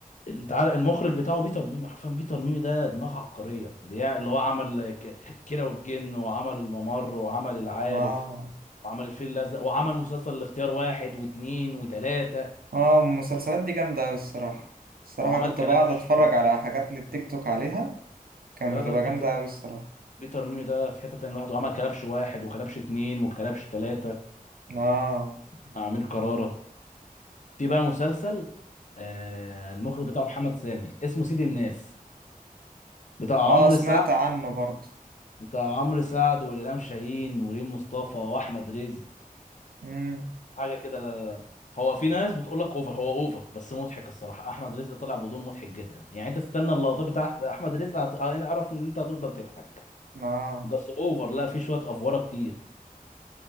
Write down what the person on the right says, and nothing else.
آه
آه المسلسلات دي جامدة أوي الصراحة الصراحة
كنت
بقعد أتفرج
على حاجات للتيك توك عليها كانت
بتبقى
جامدة أوي الصراحة
آه
آه
سمعت
عنه برضو
مم.
آه